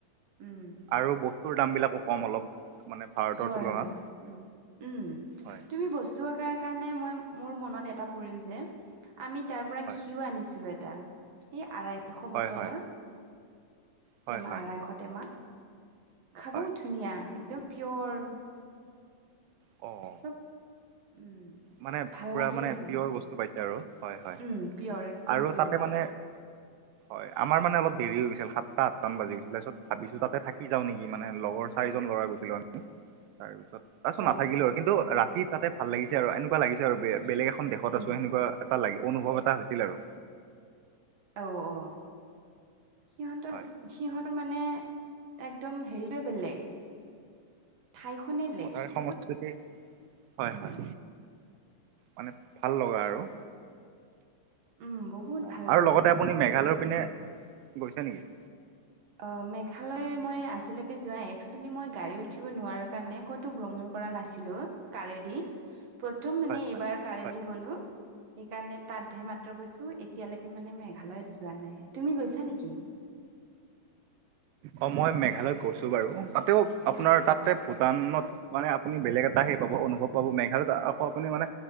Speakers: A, on the right; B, on the right.
A: উম,
B: আৰু ব স্তুৰ দামবিলাকো কম অলপ। মানে ভাৰতৰ
A: হয়
B: তুলনাত
A: - হয়, উম। উম,
B: হয়
A: তুমি বস্তু আকাৰ কাৰণে মই- মোৰ মনত এটা পৰিল যে, আমি তাৰ পৰা
B: হয়
A: ঘিও আনিছিলোঁ এটা। এই আঢ়াইশ
B: হয়
A: বটলৰ,
B: হয় হয়
A: টেমা
B: হয়
A: আঢ়াইশ টেমা। খাবও
B: হয়
A: ধুনীয়া, একদম পিয়ৰ।
B: অ'।
A: উম
B: মানে
A: ভাল
B: পুৰা
A: লাগিল
B: মানে
A: আৰু
B: পিয়ৰ
A: উম
B: বস্তু পাইছে আৰু হয় হয়
A: পিয়'ৰ একদম
B: আৰু
A: পিয়'ৰ।
B: তাতে
A: <inaudible>
B: মানে হয় আমাৰ মানে অলপ দেৰি হৈ গৈছিল সাতটা আঠটা মান বাজি গৈছিল তাৰপিছত ভাবিছো তাতে থাকি যাওঁ নেকি লগৰ চাৰিজন ল'ৰা গৈছিলোঁ আমি তাৰপিছত তাৰপাছত
A: অ',
B: নাথাকিলো আৰু কিন্তু ৰাতি তাতে ভাল লাগিছে আৰু এনেকুৱা লাগিছে আৰু বেলেগ এখন দেশত
A: উম,
B: আছো সেনেকোৱা এটা লাগি অনুভৱ এটা হৈছিল আৰু।
A: অ অ সিহঁতৰ
B: হয়
A: সিহঁতৰ মানে একদম হেৰিটোৱে বেলেগ ঠাইখনেই বেলেগ
B: অ তাৰ সংস্কৃতি
A: বহুত
B: হয়
A: উম।
B: হয় মানে ভাল লগা আৰু।
A: উম বহুত
B: অঁ
A: ভাল লগা
B: আৰু লগতে আপুনি মেঘালয়ৰ পিনে গৈছে নেকি?
A: অঁ মেঘালয়ে মই আজিলৈকে যোৱা একসুৱেলি মই গাড়ী উঠিব নোৱাৰঁ কাৰণে ক'ত তো ভ্ৰমণ কৰা নাছিলো কাৰেদি। প্ৰথম মানে
B: হয়
A: এইবাৰ
B: হয়
A: কাৰে
B: হয়
A: দি গ'লো সেইকাৰণে তাতহে মাত্ৰ গৈছোঁ এতিয়ালৈকে মানে মেঘালয়ত যোৱা নাই তুমি গৈছা নেকি?
B: অ মই মেঘালয়ত গৈছো বাৰু তাতেও আপোনাৰ তাতে
A: অ
B: ভূটানত
A: তাত
B: মানে আপুনি বেলেগ এটা সেই পাব অনুভৱ পাব মেঘালয়ত আকৌ আপুনি মানে